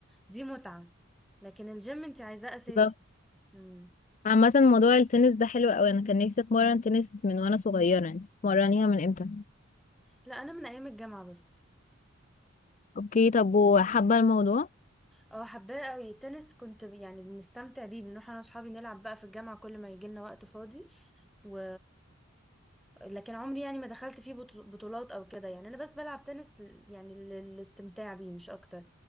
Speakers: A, in the centre; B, on the left.
A: دي متعه لكن الجيم انت عايزاه اساسي
B: بالظبط.
A: مم.
B: عامة موضوع التنس ده حلو قوي انا كان نفسي اتمرن تنس من وانا صغيرة يعني اتمرنيها من امتى
A: لا انا من ايام الجامعه بس
B: اوكي طب وحابة الموضوع
A: اه حباه قوي التنس كنت ب- يعني بنستمتع بيه بنروح انا واصحابي نلعب بقى في الجامعه كل ما يجي لنا وقت فاضي و لكن عمري يعني ما دخلت فيه بط- بطولات او كده يعني انا بس بلعب تنس ل- يعني للاستمتاع بيه مش اكتر